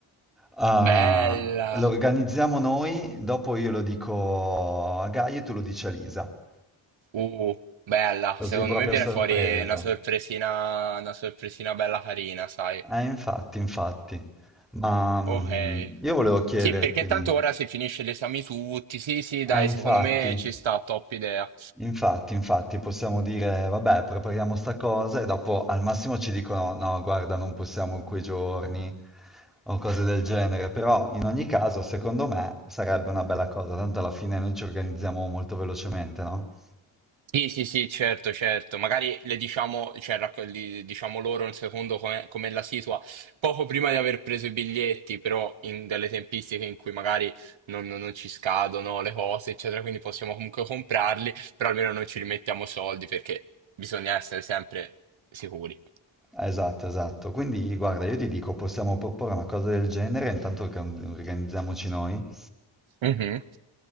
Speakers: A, in the centre; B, on the right.
A: ah,
B: Bella.
A: lo organizziamo noi, dopo io lo dico a Gaia e tu lo dici a Lisa,
B: Uh, bella.
A: così
B: Secondo
A: proprio
B: me viene
A: a sorpresa.
B: fuori una sorpresina, una sorpresina bella carina, sai.
A: Eh, infatti, infatti. Ma mm,
B: Ok.
A: io volevo chiederti,
B: Sì, perché tanto ora si finisce gli esami tutti. Sì, sì,
A: eh,
B: dai,
A: infatti.
B: secondo me ci sta, top idea.
A: Infatti, infatti, possiamo dire, vabbè, prepariamo sta cosa e dopo al massimo ci dicono, no, guarda, non possiamo in quei giorni o cose del genere, però in ogni caso, secondo me, sarebbe una bella cosa, tanto alla fine noi ci organizziamo molto velocemente, no?
B: Sì, sì, sì, certo, certo. Magari le diciamo, cioè, racco- li- diciamo loro un secondo come, come la situa, poco prima di aver preso i biglietti, però in delle tempistiche in cui magari non, non- non ci scadono le cose, eccetera, quindi possiamo comunque comprarli, però almeno non ci rimettiamo soldi perché bisogna essere sempre sicuri.
A: Esatto, esatto. Quindi, guarda, io ti dico, possiamo proporre una cosa del genere, intanto organ- organizziamoci noi.
B: Mhm,